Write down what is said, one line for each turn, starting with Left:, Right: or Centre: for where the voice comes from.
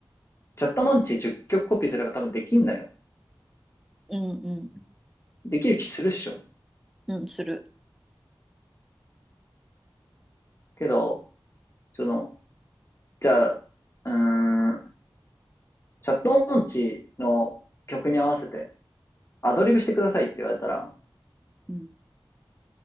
Left: チャットモンチー10曲コピーすれば多分できんだよ。
Centre: うん、うん、
Left: できる気するっしょ。
Centre: うん、する。
Left: けど、その、じゃあ、うーんチャット音痴の曲に合わせてアドリブしてくださいって言われたら、
Centre: うん、